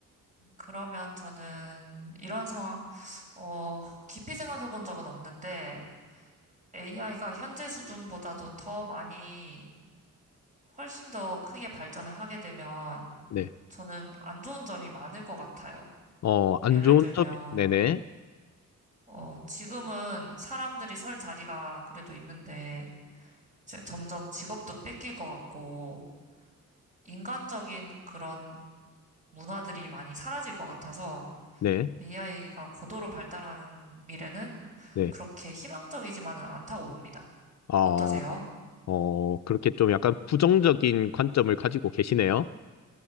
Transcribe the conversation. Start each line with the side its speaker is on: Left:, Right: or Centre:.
Right: 그러면 저는 이런 상황, 어, 깊이 생각해 본 적은 없는데 AI가 현재 수준보다도 더 많이 훨씬 더 크게 발전을 하게 되면
Left: 네.
Right: 저는 안 좋은 점이 많을 것 같아요.
Left: 어, 안
Right: 예를
Left: 좋은
Right: 들면,
Left: 점이, 네네,
Right: 어, 지금은 사람들이 설 자리가 그래도 있는데 이제 점점 직업도 뺏길 것 같고 인간적인 그런 문화들이 많이 사라질 것 같아서
Left: 네,
Right: AI가 고도로 발달하는 미래는
Left: 네.
Right: 그렇게 희망적이지만은 않다고 봅니다.
Left: 어,
Right: 어떠세요?
Left: 어, 그렇게 좀 약간 부정적인 관점을 가지고 계시네요.